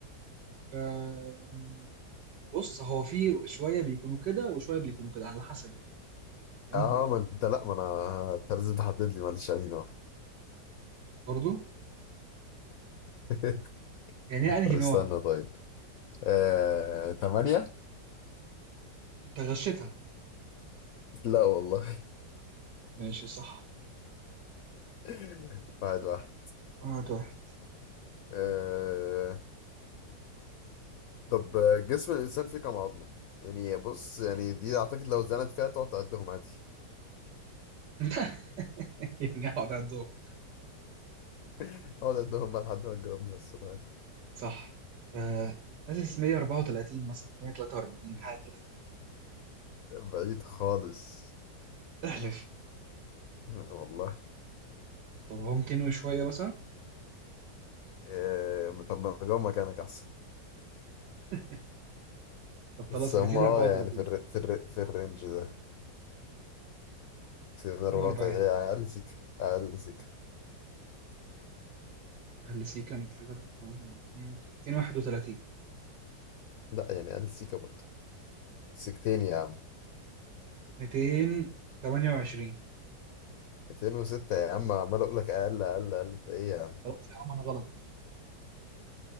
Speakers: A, on the right; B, on the left.
A: آه بص هو في شوية بيكونوا كده وشوية بيكونوا كده على حسب انت
B: اه ما انت لا ما انا انت لازم تحدد لي معلش يعني نوع
A: برضو
B: <laughs>
A: يعني هي
B: طب
A: انهي نوع
B: استنى طيب آه... تمانية؟
A: انت غشيتها
B: لا والله
A: ماشي صح
B: <laughs> واحد واحد
A: واحد واحد
B: آه... طب آه، جسم الانسان فيه كام عظمه يعني بص يعني دي اعتقد لو اتزنت فيها تقعد تعدهم عادي
A: <laughs> يعني اقعد على الدور
B: <laughs> اقعد اعدهم بقى لحد ما تجاوبني على السؤال
A: صح آه حاسس 134 مثلا 143 حاجة كده
B: بعيد خالص
A: احلف
B: <laughs> والله
A: طب هو 200 وشوية مثلا
B: إيه طب ما اجاوب مكانك احسن
A: <laughs> طب
B: بس
A: خلاص
B: هم
A: 234
B: اه يعني في الر... في الر... في الرينج ده في ضربات
A: 240
B: ايه اقل سيكه اقل سيكه
A: هل سي كام تقدر 231
B: لا يعني اقل سيكه برضه سيكتين يا عم
A: 228
B: 206 يا عم عمال اقول لك اقل اقل اقل انت ايه يا عم
A: خلاص يا عم انا غلط يعني